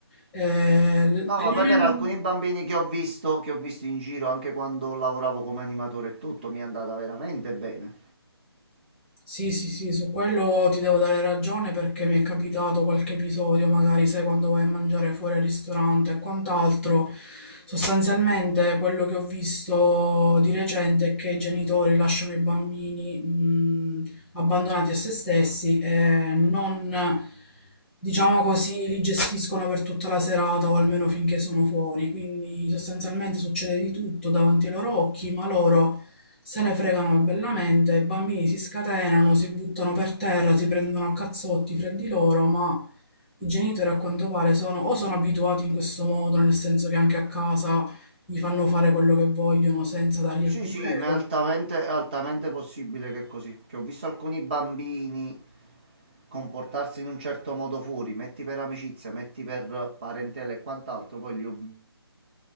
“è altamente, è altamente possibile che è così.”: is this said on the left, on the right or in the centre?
Right